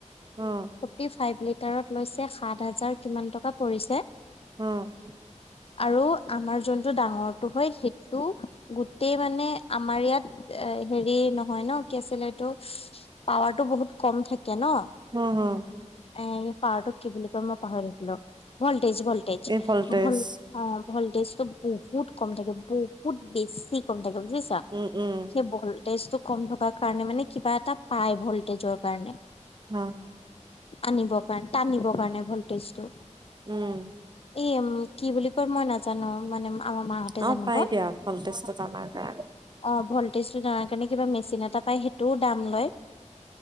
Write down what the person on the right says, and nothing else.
উম,
অ',
হুম, হুম।
এই ভল্টেজ
উম, উম,
অ',
উম,
অ
পাই দিয়া ভল্টেজটোত আমাৰ কাৰণে